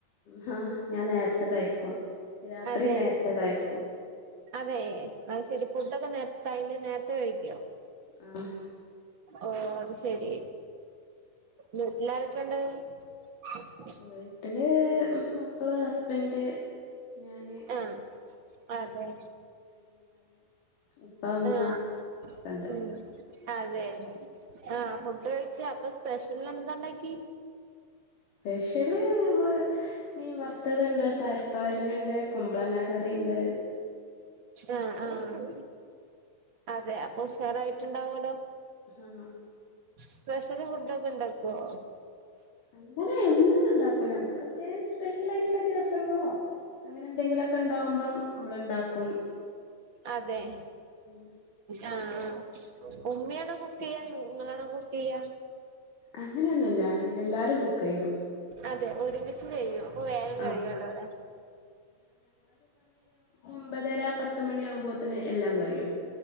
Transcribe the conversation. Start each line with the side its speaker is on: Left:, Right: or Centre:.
Left: ഹാ ഞാൻ നേരത്തെ കഴിക്കും രാത്രി
Right: അതെ
Left: നേരത്തെ കഴിക്കും
Right: അതെ അത് ശരി ഫുഡൊക്കെ നേ ടൈമന് നേരത്തെ കഴിക്കുവോ
Left: ആഹ്
Right: ഓ അത് ശെരി വീട്ടിലാരൊക്കെുണ്ട് <inaudible>
Left: വീട്ടില് മക്കള് ഹസ്ബന്ഡ് ഞാൻ
Right: ആഹ് അതെ
Left: ഉപ്പ ഉമ്മ
Right: ആഹ്
Left: ഒക്കെണ്ട്
Right: ഉം അതെ ആഹ് ഫുഡ് കഴിച്ച അപ്പൊ സ്പെഷ്യൽ എന്താണ്ടാക്കി
Left: സ്പെഷ്യല് നമ്മള് മീൻ വറുത്തത്ണ്ട് പയർ തോരൻണ്ട് കുമ്പളങ്ങാ കറി ഇണ്ട്
Right: ആഹ് ആഹ് അതെ അപ്പോ ഉഷാറായിട്ടുണ്ടാവോലോ
Left: ആഹ്
Right: സ്പെഷ്യൽ ഫുഡ്‌ ഒക്കെ ഉണ്ടാക്കുവോ
Left: അങ്ങനെ എന്നും ഒന്നും ഉണ്ടാക്കില്ല എന്തും സ്പെഷ്യൽ ആയിട്ടുള്ള ദിവസങ്ങളോ അങ്ങനെ എന്തെങ്കിലും <unintelligible> ഉണ്ടാക്കും
Right: അതെ
Left: ഉം
Right: ആഹ് ഉമ്മയണോ കുക്ക് ചെയ്യാ നിങ്ങളണോ കുക്ക് ചെയ്യാ
Left: അങ്ങനെയൊന്നുല്ല എല്ലാരും കുക്കയ്യും
Right: അതെ <unintelligible> ഒരുമിച്ച് ചെയ്യും അപ്പൊ വേഗം
Left: ആഹ്
Right: കഴിയല്ലോ ല്ലെ
Left: ഒൻമ്പതര പത്ത് മണിയാകുമ്പോത്തന് എല്ലാം കഴിയും